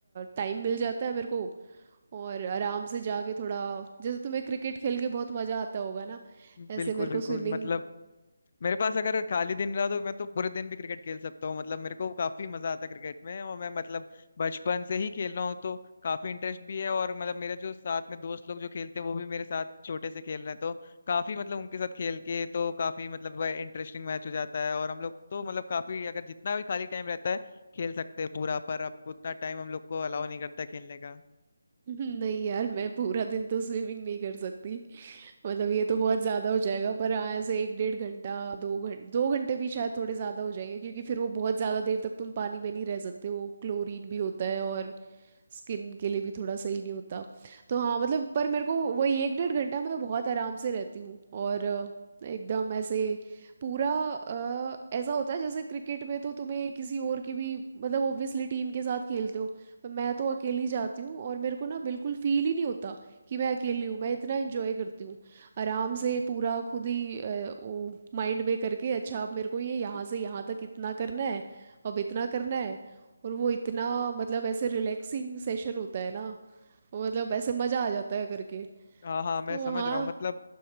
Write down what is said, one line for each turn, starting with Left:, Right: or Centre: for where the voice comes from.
Right: टाइम मिल जाता है मेरे को और आराम से जाके थोड़ा जैसे तुम्हें क्रिकेट खेल के बहुत मज़ा आता होगा ना
Left: बिल्कुल
Right: ऐसे मेरे
Left: बिल्कुल
Right: को स्विमिंग
Left: मतलब मेरे पास अगर खाली दिन रहा तो मैं तो पूरे दिन भी क्रिकेट खेल सकता हूँ मतलब मेरे को काफी मजा आता है क्रिकेट में और मैं मतलब बचपन से ही खेल रहा हूँ तो काफी इंटरेस्ट भी है और मतलब मेरे जो साथ में दोस्त लोग जो खेलते हैं वो भी मेरे साथ छोटे से खेल रहे हैं तो काफी मतलब उनके साथ खेल के तो काफी मतलब इंटरेस्टिंग मैच हो जाता है और हम लोग तो मतलब काफी अगर जितना भी खाली टाइम रहता है खेल सकते हैं पूरा पर अब उतना टाइम हम लोग को अलाउ नहीं करता है खेलने का
Right: नहीं यार मैं पूरा दिन तो स्विमिंग नहीं कर सकती मतलब ये तो बहुत ज्यादा हो जाएगा पर हाँ ऐसे एक डेढ़ घंटा दो घंटे दो घंटे भी शायद थोड़े ज्यादा हो जाएंगे क्योंकि फिर वो बहुत ज्यादा देर तक तुम पानी में नहीं रह सकते वो क्लोरीन भी होता है और स्किन के लिए भी थोड़ा सही नहीं होता तो हाँ मतलब पर मेरे को वही एक डेढ़ घंटा मैं बहुत आराम से रहती हूँ और अ, एकदम ऐसे पूरा अ, ऐसा होता है जैसे क्रिकेट में तो तुम्हें किसी और की भी मतलब ऑब्वियसली टीम के साथ खेलते हो पर मैं तो अकेली जाती हूँ और मेरे को ना बिल्कुल फील ही नहीं होता कि मैं अकेली हूँ मैं इतना एंजॉय करती हूँ आराम से पूरा खुद ही अ, वो माइंड में करके अच्छा अब मेरे को ये यहाँ से यहाँ तक इतना करना है अब इतना करना है और वो इतना मतलब ऐसे रिलैक्सिंग सेशन होता है ना मतलब ऐसे मज़ा आ जाता है करके
Left: हाँ हाँ मैं
Right: तो
Left: समझ
Right: हाँ
Left: रहा हूँ मतलब